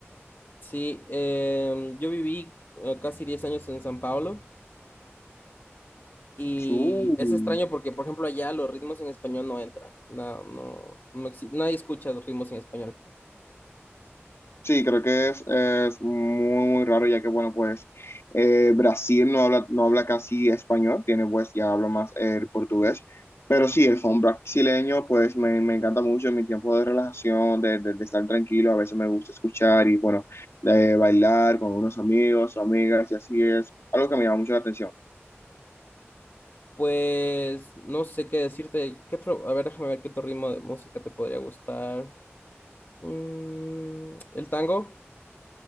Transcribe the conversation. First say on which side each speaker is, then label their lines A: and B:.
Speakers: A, on the left; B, on the left.
A: Sí, eh, yo viví eh, casi 10 años en San Pablo y
B: Uh,
A: es extraño porque, por ejemplo, allá los ritmos en español no entran. No, no, no exi- nadie escucha los ritmos en español.
B: Sí, creo que es, es muy, muy raro ya que, bueno, pues eh, Brasil no habla, no habla casi español, tiene pues ya habla más el portugués, pero sí, el funk brasileño pues me, me encanta mucho en mi tiempo de relajación, de, de- de estar tranquilo, a veces me gusta escuchar y bueno, de bailar con unos amigos, o amigas y así es algo que me llama mucho la atención.
A: Pues no sé qué decirte. ¿Qué otro? A ver, déjame ver qué otro ritmo de música te podría gustar. Mm, ¿el tango?